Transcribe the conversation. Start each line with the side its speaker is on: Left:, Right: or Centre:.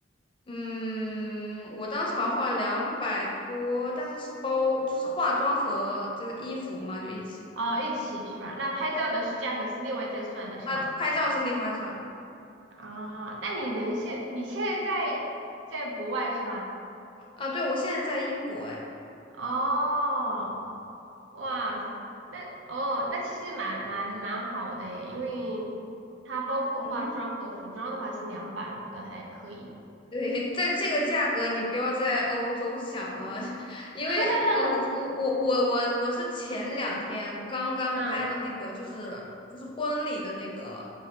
Left: 嗯，我当时好像花了两百多，但是是包，就是化妆和这个衣服嘛，就一起的
Right: 哦，一起是吧？那拍照的是价格是另外再算的是吧？
Left: 啊。拍照是另外算的
Right: 啊，那你人现你现在在在国外是吧？
Left: 啊。对，我现在在英国，哎，
Right: 哦，哇，那哦，那其实蛮蛮蛮好的耶，因为它包括化妆和服装的话是两百，
Left: 嗯，
Right: 我觉得还可以。
Left: 对，在这个价格你不要在欧洲想了，<laughs> 因为呃，
Right: <laughs>
Left: 我我我我我是前两天刚刚拍了那个，
Right: 嗯
Left: 就是就是婚礼的那个，